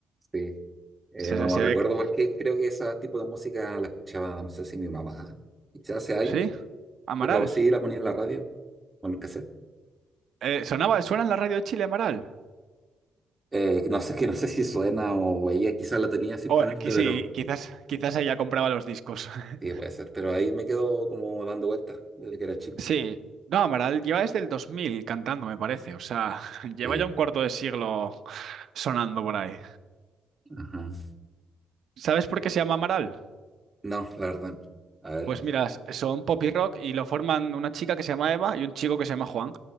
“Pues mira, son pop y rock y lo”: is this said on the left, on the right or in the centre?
Right